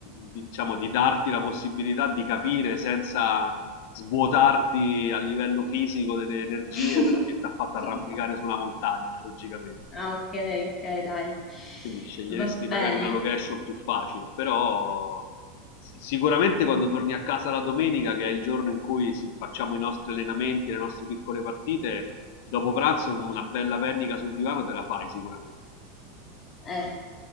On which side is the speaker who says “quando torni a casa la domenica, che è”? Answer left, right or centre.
Left